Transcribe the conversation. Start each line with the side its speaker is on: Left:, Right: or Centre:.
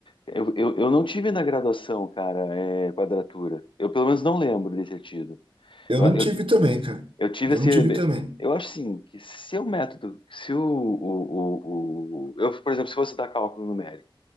Left: eu, eu, eu não tive na graduação, cara, é, quadratura. Eu pelo menos não lembro de ter tido.
Right: Eu
Left: Eu,
Right: não tive
Left: eu
Right: também, cara.
Left: Eu tive
Right: Eu
Left: esse.
Right: não tive também.
Left: Eu acho assim, que se o método, se o, o, o, o- eu, por exemplo, se fosse dar cálculo numérico,